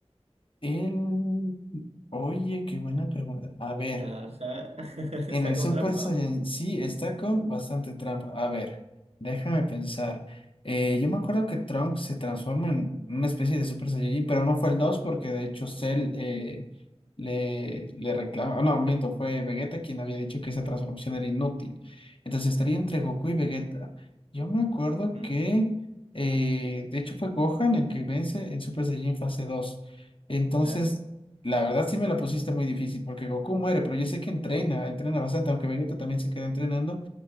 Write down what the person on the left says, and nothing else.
El... Oye, qué buena pregunta. A ver.
En
el
Super
Saiyan sí está con bastante trampa. A ver, déjame pensar. Eh, yo me acuerdo que Trunks se transforma en una especie de Super Saiyajin, pero no fue el 2 porque de hecho Cell eh, le, le reclama. ah, No, miento, fue Vegeta quien había dicho que esa transformación era inútil. Entonces estaría entre Goku y Vegeta. Yo me acuerdo
que eh, de hecho fue Gohan el que vence en Super Saiyajin fase 2. Entonces
la verdad sí me la pusiste muy difícil porque Goku muere, pero yo sé que entrena, entrena bastante, aunque Vegeta también se queda entrenando.